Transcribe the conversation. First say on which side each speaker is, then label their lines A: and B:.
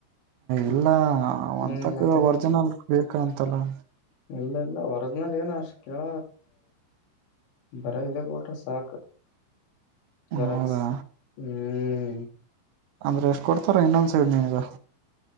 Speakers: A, on the right; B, on the left.
A: ಇಲ್ಲ
B: ಹ್ಮ್
A: ಒಂತಕ
B: ಮತ್ತೆ
A: ಒರ್ಜಿನಲ್ ಬೇಕ ಅಂತಲ್ಲ
B: ಇಲ್ಲ ಇಲ್ಲ ವರ್ಜಿನಲ್ ಏನ ಅಷ್ಟ ಕೇಳ ಬರ ಇ ಕೊಟ್ರ ಸಾಕ್ು ಜರಾಕ್
A: ಹೌದಾ
B: ಹ್ಮ್
A: ಅಂದ್ರೆ ಎಷ್ಟ್ ಕೊಡ್ತಾರ ಇನ್ನೊಂದ್ ಸೈಡ್ ನೀನಗ